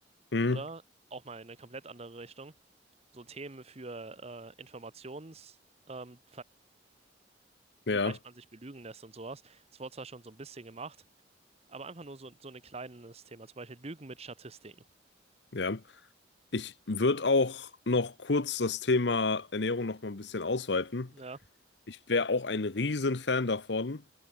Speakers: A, on the left; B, on the right.
A: Mhm.
B: Oder auch mal in eine komplett andere Richtung. So Themen für äh, Informationsverlässlichkeit, ähm, wie
A: Ja.
B: leicht man sich belügen lässt und sowas. Das wurde zwar schon so ein bisschen gemacht, aber einfach nur so, so ein kleines Thema. Zum Beispiel Lügen mit Statistiken.
A: Ja. Ich würde auch noch kurz das Thema Ernährung noch mal ein bisschen ausweiten.
B: Ja,
A: Ich wäre auch ein Riesenfan davon,